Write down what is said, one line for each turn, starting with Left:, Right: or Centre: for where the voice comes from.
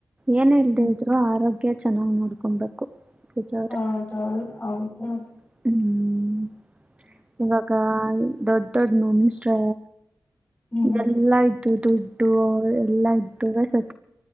Right: ಏನ್ ಇಲ್ದೆ
Left: ಹ್ಮ್
Right: ಇದ್ರು ಆರೋಗ್ಯ ಚೆನ್ನಾಗ ನೋಡ್ಕೊಬೇಕು ಪೂಜಾ ಅವ್ರೆ
Left: ಹೌದೌ ಹೌದು ಔದು ಹೌ
Right: ಹ್ಮ್ ಇವಾಗ ದೊಡ್ಡ ದೊಡ್ಡ ಮನುಷರ
Left: ಹ್ಮ್
Right: ಎಲ್ಲ ಇ ದುಡ್ಡು ಎಲ್ಲಾ ಇದ್ದು ಸ